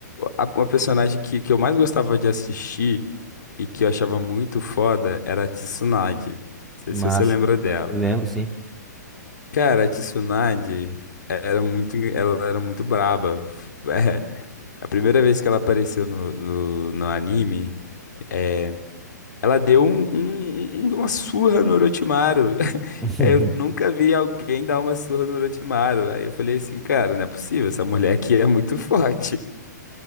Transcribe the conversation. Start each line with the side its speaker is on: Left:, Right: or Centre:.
Left: a- uma personagem que, que eu mais gostava de assistir e que eu achava muito foda era a Tsunade. Não sei
Centre: Massa.
Left: se você lembra dela.
Centre: Lembro, sim. pô.
Left: Cara, a Tsunade era muito, engra- ela era muito braba. F- <laughs> É, a primeira vez que ela apareceu no, no, no anime, é, ela deu um, um- um- uma surra no Orochimaru. <laughs>
Centre: <laughs>
Left: É, Eu nunca vi alguém dar uma surra no Orochimaru. Aí eu falei assim, cara, não é possível, essa mulher aqui é muito forte. <laughs>